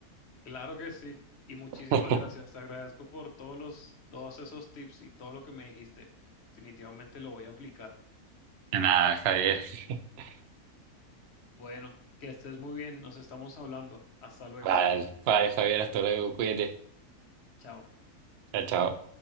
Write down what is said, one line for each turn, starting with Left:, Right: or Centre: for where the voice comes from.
Left: Claro que sí. Y muchísimas
Right: <laughs>
Left: gracias. Te agradezco por todos los, todos esos tips y todo lo que me dijiste. Definitivamente lo voy a aplicar.
Right: Nada, Javier. <laughs>
Left: Bueno, que estés muy bien. Nos estamos hablando. Hasta luego.
Right: Vale, vale, Javier, hasta luego, cuídate.
Left: Chao.
Right: Chao, chao.